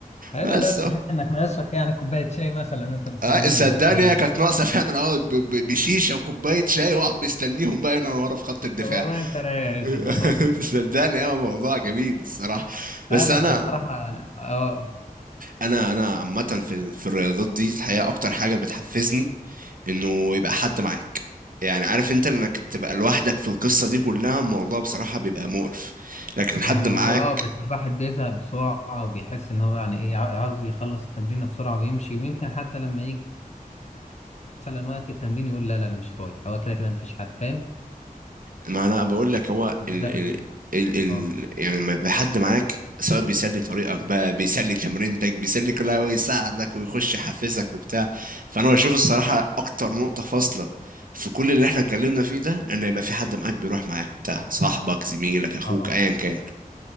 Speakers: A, on the left; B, on the right.
A: حلو
B: بس
A: ده تحس
B: أهو.
A: انك ناقصك يعني كوبايه شاي مثلا وانت مستنيهم
B: آه، صدقني
A: يعني
B: هي كانت ناقصه فعلا اقعد ب- ب- بشيشه وكوبايه شاي واقعد مستنيهم بقى هنا ورا في خط الدفاع
A: والله انت رايق يا يوسف
B: <laughs>
A: والله
B: صدقني هو موضوع جميل الصراحه
A: لا
B: بس
A: بس
B: انا
A: بصراحة أنا- اه
B: انا انا عامه في ال- في الرياضات دي الحقيقه اكتر حاجه بتحفزني انه يبقى حد معاك يعني عارف انت انك تبقى لوحدك في القصه دي كلها الموضوع بصراحه بيبقى مقرف لكن
A: يعني
B: حد معاك
A: وب- اه بس الواحد بيزهق بسرعة وبيحس ان هو يعني ايه عا- عاوز يخلص التمرين بسرعة ويمشي ويمكن حتى لما يجي مثلا وقت التمرين يقول لا لا انا مش رايح هو كده كده مفيش حد فاهم
B: ما انا بقول لك هو
A: ده
B: ال
A: اللي-
B: ال ال ال
A: اه
B: يعني لما يبقى حد معاك سواء بيسلي طريقك بقى بيسلي تمرينتك بيسلي كل حاجه ويساعدك ويخش يحفزك وبتاع فانا بشوف الصراحه اكتر نقطه فاصله في كل اللي احنا اتكلمنا فيه ده ان يبقى في حد معاك بيروح معاك وبتاع صاحبك زميلك اخوك
A: طبعا
B: ايا كان